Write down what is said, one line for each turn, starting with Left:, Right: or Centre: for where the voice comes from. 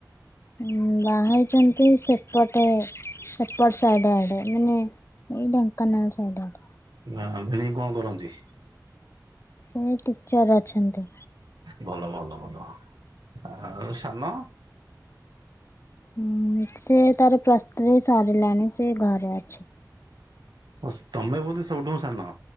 Left: ଉଁ ବାହାହେଇଛନ୍ତି ସେପଟେ ସେପଟ ସାଇଡ ଆଡେ ମାନେ ଏଇ ଢେଙ୍କାନାଳ ସାଇଡ ଆଡେ।
Right: ନା ଭିଣେଇ କଣ କରନ୍ତି?
Left: ଉ ଟିଚର ଅଛନ୍ତି।
Right: ଭଲ ଭଲ ଭଲ, ଆଉ ସାନ?
Left: ହଁ ସେ ତାର ପ୍ଲସ ଥ୍ରି ସରିଲାଣି ସେ ଘରେ ଅଛି।
Right: ସ୍ ତମେ ବୋଧେ ସବୁଠୁ ହୋ ସାନ?